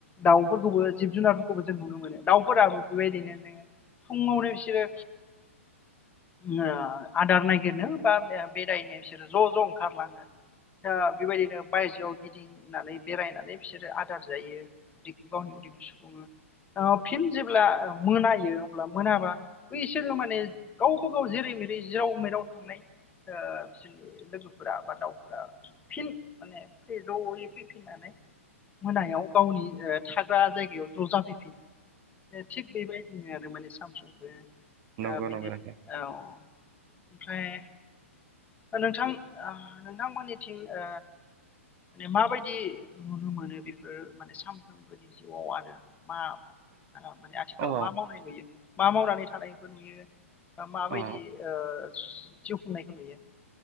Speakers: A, on the left; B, on the right.
A: दाउफोरखौबो जिब जुनारफोरखौबो जों नुनो मोनो दाउफोराबो बेबायदिनो जोंङो फुंङावनो बिसोरो ओ आदार नागिरनो बा बेरायनो बिसोरो ज' ज' ओंखारलांङो दा बेबायदिनो बायजोआव गिदिंनानै बेरायनानै बिसोरो आदार जायो उदैखौ गावनि उदैखौ सुफुंङो ओ फिन जेब्ला मोनायो अब्ला मोनाबा बिसोरो माने गावबा गाव जेरै जेरै जिराव मेराव थांनाय ओ बिसोरनि लोगोफोरा बा दाउफोरा फिन माने ज'यै फैफिननानै मोनायाव गावनि थाग्रा जायगायाव ज' जाफैफिनो ए थिग बेबायदिनो आरो माने सामसामबो
B: नंगौ
A: बिनि
B: नोंथां औ नंगौ नोंथां
A: औ ओमफ्राय नोंथां नोंथांमोननिथिं ओ माने माबायदि नुनो मोनो बेफोर माने सानफ्रोमबोनि जिउआव आरो मा माने आथिखालाव
B: अ
A: मा मावनाय नुयो मा मावनानै थानायानायखौ नुयो माबायदि
B: अ
A: ओ जिउ खुंनायखौ नुयो